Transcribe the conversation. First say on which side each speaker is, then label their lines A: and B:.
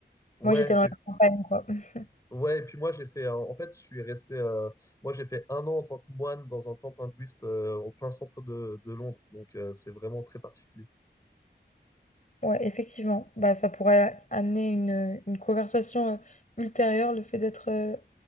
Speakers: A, on the left (about 15°); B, on the left (about 45°).
A: Ouais,
B: Moi, j'étais dans
A: et,
B: la campagne, quoi. <laughs>
A: ouais, et puis moi j'ai fait, euh, en fait je suis resté, euh, moi j'ai fait un an en tant que moine dans un temple hindouiste euh, au plein centre de, de Londres, donc euh, c'est vraiment très particulier.
B: Ouais, effectivement, bah, ça pourrait amener une, une conversation euh, ultérieure, le fait d'être euh,